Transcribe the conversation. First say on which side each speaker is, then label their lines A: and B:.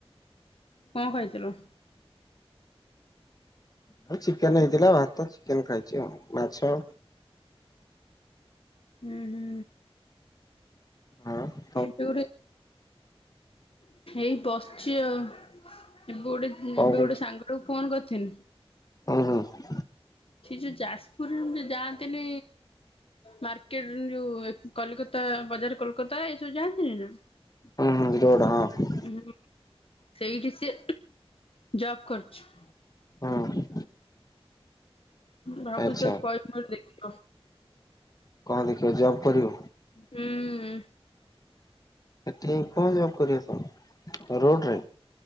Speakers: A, on the left; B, on the left.
A: କ ଖାଇଥିଲ?
B: ଆଉ ଚିକେନ ହେଇଥିଲା ଭାତ ଚିକେନ ଖାଇଛି ଆଉ ମାଛ
A: ହୁଁ ହୁଁ।
B: ଆଉ
A: ଏବେ ଗୋଟେ ଏଇ ବସିଚି ଆଉ ଏବେ ଗୋଟେ ଏବେ
B: କଣ
A: ଗୋଟେ
B: କରୁଛ?
A: ସାଙ୍ଗଟାକୁ ଫୋନ କରିଥିଲି।
B: ହୁଁ ହୁଁ।
A: ସେ ଯୋଉ ଯାଜପୁରରୁ ଯାଆନ୍ତିନି ମାର୍କେ ଯୋଉ କଲିକତା ବଜାର କୋଲକାତା ଏସବୁ ଯାଆନ୍ତିନି ନା?
B: ହୁଁ ହୁଁ ରୋଡ ହଁ।
A: ହୁଁ ସେଇଠି ସେ ଜବ୍ କରୁଛୁ।
B: ହୁଁ।
A: ଭାବୁଛି
B: ଆଚ୍ଛା
A: ତାକୁ କହିବି ଗୋଟେ ଦେଖିବ।
B: କଣ ଦେଖିବ ଜବ୍ କରିବ?
A: ହୁଁ।
B: ଏଠିକି କଣ ଯବ କରିବ କ ରୋଡ ରେ?